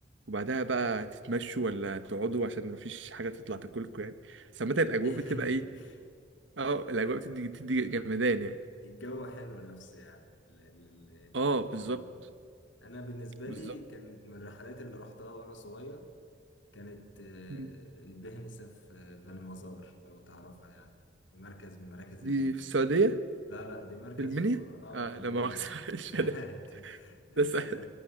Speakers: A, on the right; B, on the left.
A: وبعدها بقى تتمشوا ولا تقعدوا عشان مفيش حاجة تطلع تاكلكم يعني بس عامة الأجواء
B: <laughs>
A: بتبقى إيه؟ أه الأجواء بتدي بتدي جمدان يعني
B: الجو حلو نفسي يعني ال- ال- ال-
A: أه بالظبط
B: اه انا بالنسبه
A: بالظبط
B: لي كانت من الرحلات اللي رحتها وانا صغير كانت آه،
A: مم.
B: البهنسه في بني مزار لو تعرفها يعني مركز من مراكز
A: دي
B: المنيا
A: في السعودية
B: لا لا دي مركز
A: في المنيا
B: في اه
A: آه
B: في
A: لا
B: المنيا
A: مؤاخذة
B: <laughs>
A: <laughs> مش
B: لا
A: أنا.
B: دي بس
A: ده سهل